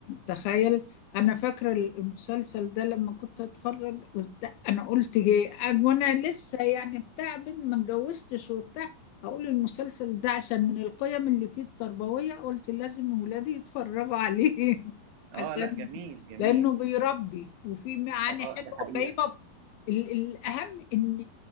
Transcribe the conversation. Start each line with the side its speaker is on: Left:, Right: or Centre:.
Left: تخيل أنا فاكرة المسلسل ده لما كنت أتفرج بتاع- أنا قلت إيه أنا- وأنا لسه يعني بتاع بنت ما اتجوزتش وبتاع أقول المسلسل ده عشان من القيم اللي فيه التربوية قلت لازم ولادي يتفرجوا عليه <laughs>
Right: اه
Left: عشان
Right: لا جميل جميل
Left: لأنه بيربي وفيه معاني
Right: اه
Left: حلوة
Right: ده حقيقة
Left: جايبة ال- الأهم إن